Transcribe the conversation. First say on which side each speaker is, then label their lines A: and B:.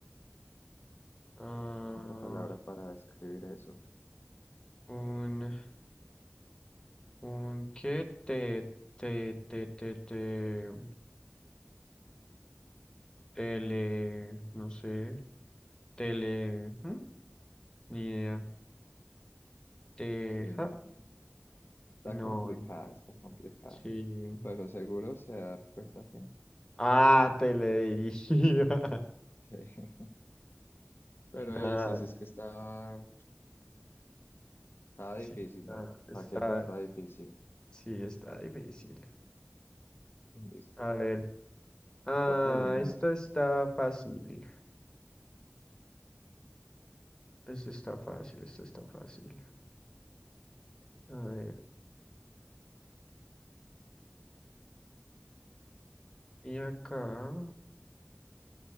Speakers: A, on the left; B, on the left.
A: Ah,
B: otra palabra para describir eso.
A: un, un, ¿qué? Te, te, te, te, te, tele, no sé, tele, ¿hmm? ni idea. Teja,
B: Sí, no, está
A: no,
B: complicada, está complicada.
A: sí.
B: Pero seguro se va a dar cuenta que...
A: Ah, teledirigida.
B: sí. <laughs> Pero
A: <laughs>
B: hey,
A: Nada,
B: sí, sí, es que está, está difícil,
A: sí, está,
B: no hay
A: está,
B: para qué, pero está difícil.
A: sí, está difícil.
B: Listo.
A: A ver. Ah,
B: Toca adivinar.
A: esta está fácil. Esta está fácil, esta está fácil. A ver, y acá,